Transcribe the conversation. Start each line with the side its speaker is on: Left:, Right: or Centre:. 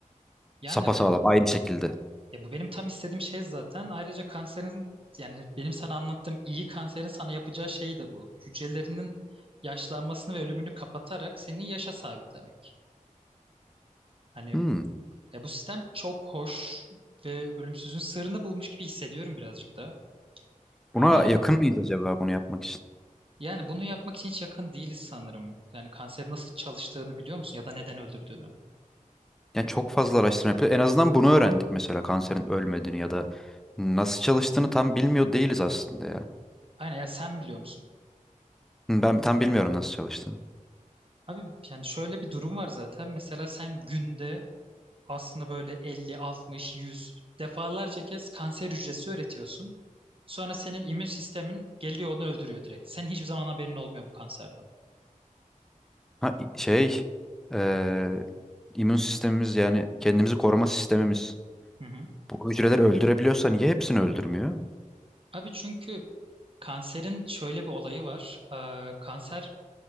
Right: Yani
Centre: Sapasağlam
Right: o
Centre: aynı şekilde.
Right: Ya bu benim tam istediğim şey zaten. Ayrıca kanserin yani benim sana anlattığım iyi kanserin sana yapacağı şey de bu. Hücrelerinin yaşlanmasını ve ölümünü kapatarak seni yaşa sabitlemek. Hani
Centre: Hmm.
Right: ya bu sistem çok hoş ve ölümsüzün sırrını bulmuş gibi hissediyorum birazcık da.
Centre: Buna
Right: Ama hani
Centre: yakın
Right: bu
Centre: mıyız acaba bunu yapmak için?
Right: yani bunu yapmak için hiç yakın değiliz sanırım. Yani kanserin nasıl çalıştığını biliyor musun ya da neden öldürdüğünü?
Centre: Yani çok fazla araştırma yapıyor. En azından bunu öğrendik mesela kanserin ölmediğini ya da nasıl çalıştığını tam bilmiyor değiliz aslında ya.
Right: Aynen ya sen biliyor musun?
Centre: Hmm, Ben tam bilmiyorum nasıl çalıştığını.
Right: Abi yani şöyle bir durum var zaten. Mesela sen günde Aslında böyle 50, 60, 100 defalarca kez kanser hücresi üretiyorsun. Sonra senin immün sistemin geliyor onu öldürüyor direkt. Senin hiçbir zaman haberin olmuyor bu kanserden.
Centre: Ha, i- şey eee immün sistemimiz yani kendimizi koruma sistemimiz.
Right: Hı hı.
Centre: Bu hücreleri öldürebiliyorsa niye hepsini öldürmüyor?
Right: Abi çünkü kanserin şöyle bir olayı var. Ee, kanser